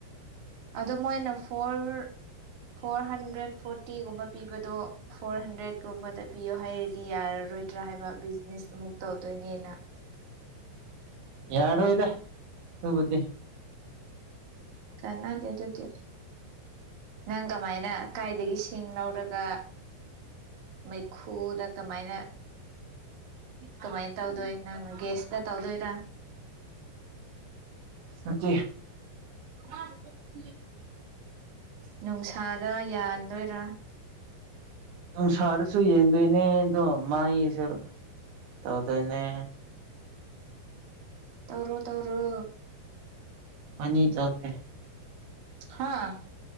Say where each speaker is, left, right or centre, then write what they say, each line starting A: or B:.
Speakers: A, on the right; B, on the right.
A: ꯑꯗꯣ ꯃꯣꯏꯅ ꯐꯣꯔ ꯐꯣꯔ ꯍꯟꯗ꯭ꯔꯦꯠ ꯐꯣꯔꯇꯤꯒꯨꯝꯕ ꯄꯤꯕꯗꯣ ꯐꯣꯔ ꯍꯟꯗ꯭ꯔꯦꯗꯀꯨꯝꯕꯗ ꯄꯤꯌꯣ ꯍꯥꯏꯔꯗꯤ ꯌꯥꯔꯔꯣꯏꯗ꯭ꯔꯥ ꯍꯥꯏꯕ ꯕꯤꯖꯤꯅꯦꯁ ꯑꯃꯨꯛ ꯇꯧꯗꯣꯏꯅꯤꯅ
B: ꯌꯥꯔꯣꯏꯗ ꯑꯗꯨꯕꯨꯗꯤ
A: ꯀꯅꯥꯗꯦ ꯑꯗꯨꯗꯤ ꯅꯪ ꯀꯃꯥꯏꯅ ꯀꯥꯏꯗꯒꯤ ꯁꯤꯡ ꯂꯧꯔꯒ ꯃꯩꯈꯨꯗ ꯀꯃꯥꯏꯅ ꯀꯃꯥꯏꯅ ꯇꯧꯗꯣꯏ ꯅꯪ ꯒꯦꯁꯇ ꯇꯧꯗꯣꯏꯔꯥ
B: ꯅꯠꯇꯦ
A: <unintelligible> ꯅꯨꯡꯁꯥꯗ ꯌꯥꯟꯗꯣꯏꯔꯥ
B: ꯅꯨꯡꯁꯥꯗꯁꯨ ꯌꯦꯟꯗꯣꯏꯅꯦ ꯑꯗꯣ ꯃꯒꯤꯁꯨ ꯇꯧꯗꯣꯏꯅꯦ
A: ꯇꯧꯔꯣ ꯇꯧꯔꯣ
B: <unintelligible>
A: ꯍꯥꯥ